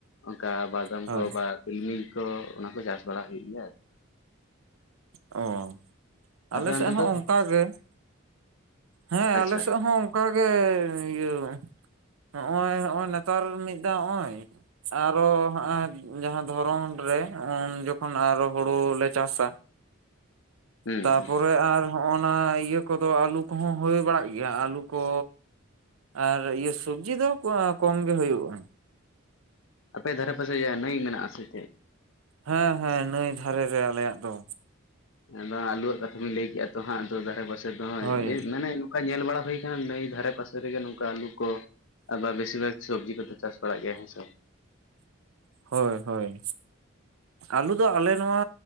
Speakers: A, on the left; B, on the right.
A: ᱚᱱᱠᱟ ᱵᱟᱫᱟᱢ
B: ᱦᱳᱭ
A: ᱠᱚ ᱵᱟ ᱛᱤᱞᱢᱤᱧ ᱠᱚ ᱚᱱᱟ ᱠᱚ ᱪᱟᱥ ᱵᱟᱲᱟ ᱦᱩᱭᱩᱜ ᱜᱮᱭᱟ ᱟᱨᱠᱤ᱾
B: ᱚᱻ᱾ ᱟᱞᱮ
A: ᱟᱯᱮ
B: ᱥᱮᱫ
A: ᱚᱱᱛᱮ
B: ᱦᱚᱸ
A: ᱫᱚ
B: ᱚᱱᱠᱟᱜ ᱜᱮ, ᱦᱮᱸ
A: ᱟᱪᱪᱷᱟ
B: ᱟᱞᱮ ᱥᱮᱫ ᱦᱚᱸ ᱚᱱᱠᱟ ᱜᱮ ᱤᱭᱟᱹ, ᱱᱚᱜᱼᱚᱭ ᱱᱚᱜᱼᱚᱭ ᱱᱮᱛᱟᱨ ᱢᱤᱫ ᱫᱷᱟᱣ ᱦᱚᱸᱜ-ᱚᱭ ᱟᱨᱦᱚᱸ ᱦᱟᱸᱜ-ᱟᱭ ᱡᱟᱦᱟᱸ ᱫᱷᱚᱨᱚᱱ ᱨᱮ ᱩᱱ ᱡᱚᱠᱷᱚᱱ ᱟᱨᱚ ᱦᱩᱲᱩ ᱞᱮ ᱪᱟᱥᱟ᱾
A: ᱦᱩᱸ
B: ᱛᱟᱯᱚᱨᱮ
A: ᱦᱩᱸ
B: ᱟᱨ ᱦᱚᱸᱜ-ᱚ ᱱᱟ ᱤᱭᱟᱹ ᱠᱚᱫᱚ ᱟᱹᱞᱩ ᱠᱚᱦᱚᱸ ᱦᱩᱭ ᱵᱟᱲᱟᱜ ᱜᱮᱭᱟ, ᱟᱹᱞᱩ ᱠᱚ ᱟᱨ ᱤᱭᱟᱹ ᱥᱚᱵᱽᱡᱤ ᱫᱚ ᱠᱚᱢ ᱜᱮ ᱦᱩᱭᱩᱜᱼᱟ᱾
A: ᱟᱯᱮ ᱫᱷᱟᱨᱮ ᱯᱟᱥᱮᱡ ᱱᱟᱹᱭ ᱢᱮᱱᱟᱜᱼᱟ ᱥᱮ ᱪᱮᱫ?
B: ᱦᱮᱸ ᱦᱮᱸ ᱱᱟᱹᱭ ᱫᱷᱟᱨᱮ ᱨᱮ ᱟᱞᱮᱭᱟᱜ ᱫᱚ᱾
A: ᱟᱫᱚ ᱟᱞᱩᱣᱟᱜ ᱠᱟᱛᱷᱟ ᱵᱤᱱ ᱞᱟᱹᱭ ᱠᱮᱜ-ᱟ ᱛᱚ ᱦᱟᱸᱜ ᱟᱫᱚ ᱫᱷᱟᱨᱮ ᱯᱟᱥᱮ ᱫᱚ ᱦᱟᱸᱜ
B: ᱦᱳᱭ
A: <inaudible> ᱚᱱᱠᱟ ᱧᱮᱞ ᱵᱟᱲᱟ ᱦᱩᱭ ᱠᱟᱱᱟ ᱱᱟᱹᱭ ᱫᱷᱟᱨᱮ ᱯᱟᱥᱮ ᱨᱮᱜᱮ ᱱᱚᱝᱠᱟ ᱟᱞᱩ ᱠᱚ ᱟᱵᱟᱨ ᱵᱮᱥᱤᱨ ᱵᱷᱟᱜᱷ ᱥᱚᱵᱽᱡᱤ ᱠᱚᱫᱚ ᱪᱟᱥ ᱵᱟᱲᱟᱜ ᱜᱮᱭᱟ ᱦᱮᱸ ᱥᱮ᱾
B: ᱦᱳᱭ ᱦᱳᱭ, ᱟᱞᱩ ᱫᱚ ᱟᱞᱮ ᱱᱚᱣᱟ